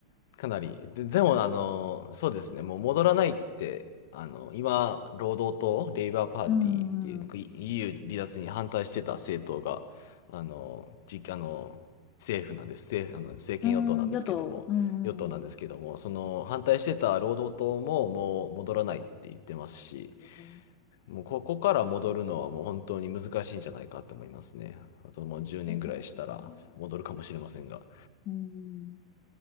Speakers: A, on the left; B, on the left.
A: かなり。で、でも、あの、そうですね。もう戻らないって、あの、今、労働党、レイバーパーティーっていう、
B: うんうんう
A: なんか EU 離脱に反対してた政党が、あの、じ、あの、政府なんです。政、あの、政権与党なんですけども、
B: ん。うん、与党。うんうんうん。
A: 与党なんですけども、その反対してた労働党ももう戻らないって言ってますし、
B: えー
A: もうここから戻るのはもう本当に難しいんじゃないかと思いますね。あともう10年ぐらいしたら戻るかもしれませんが。
B: そうなんですね。うん。